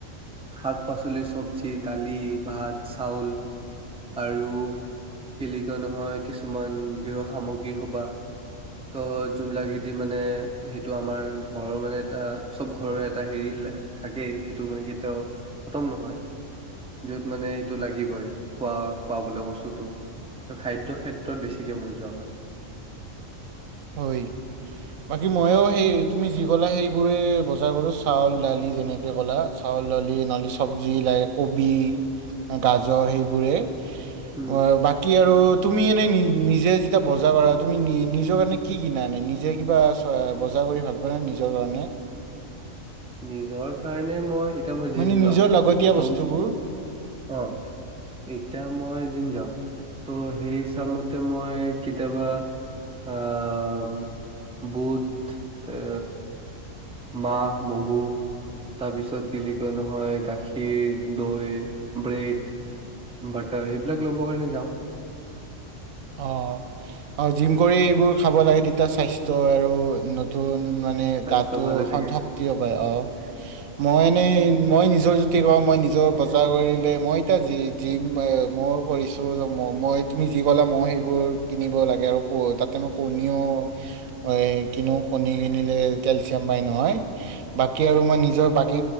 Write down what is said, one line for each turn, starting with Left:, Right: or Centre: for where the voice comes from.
Centre: শাক পাচলি চব্জি দালি ভাত চাউল আৰু কে বুলি কা নহয় কিছুমান গৃহ সামগ্ৰী সোবা ত' যোনিলাকেদি মানে সেইটো আমাৰ ঘৰৰ মানে এটা চব ঘৰৰ এটা হেৰি থাকেই সেইটো মানে কি এতিয়া খতম নহয় যত মানে এইটো লাগিবই খোৱা খোৱা বল বস্তুটো ত খাদ্যয় ক্ষেত্ৰত বেছিকে মৰ যোৱা হয়
Right: হয় বাকী ময়ো সেই তুমি যি ক'লা সেইবোৰে বজাৰ কৰোঁ চাউল দালি যেনেকে ক'লা চাউল দালি নালি চব্জি লাগে কবি গাজৰ সেইবোৰে
Centre: উম
Right: অ বাকী আৰু তুমি এনেই নি নিজে যেতিয়া বজাৰ কৰা তুমি নি নিজক এনে কি কিনা এ নিজে কিবা বজাৰ কৰি ভাল পোৱা নাই নিজৰ কাৰণে
Centre: নিজৰ কাৰণে মই এতিয়া মই জিম
Right: মানে নিজৰ
Centre: যাওঁ
Right: লাগতীয়া
Centre: ত
Right: বস্তুবোৰ
Centre: অ এতিয়া মই দিম যাও ত' সেই হিচাপ মতে মই কেতিয়াবা আহ বুট এ মাহ মগু তাৰপিছত কি বুলি কয় নহয় গাখীৰ দৈ ব্ৰেড বাটাৰ সেইবিলাক ল'ব কাৰণে যাওঁ
Right: অ অ জিম কৰি এইবোৰ খাব লাগে তেতিয়া স্বাস্থ্য আৰু নতুন মান মানে
Centre: স্বাস্থ্য
Right: গাটো
Centre: ভালে থাকে
Right: শক্তি পায় অ মই এনেই মই নিজৰ জুতি কওঁ মই নিজৰ বজাৰ কৰিলে মই এ জিম মই কৰিছো মই তুমি জিম <unintelligible> মই সেইবোৰ কিনিব লাগে আৰু <unintelligible> তাতে মই কণীও এই কিনো কণী কিনিলে কেলচিয়াম পাই নহয়, বাকী আৰু মই নিজৰ বাকী